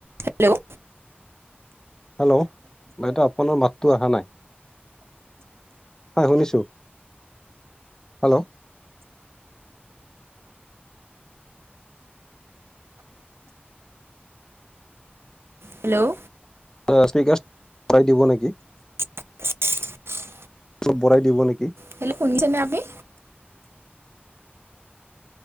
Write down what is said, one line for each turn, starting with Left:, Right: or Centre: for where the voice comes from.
Right: Hello
Left: hello বাইদেউ আপোনাৰ মাতটো অহা নাই। হয় শুনিছো হেল্ল'
Right: হেল্ল'
Left: লাউচস্পিকাৰ বঢ়াই দিব নেকি
Right: <unintelligible>
Left: অলপ বঢ়াই দিব নেকি
Right: হেল্ল শুনিছেনে আপুনি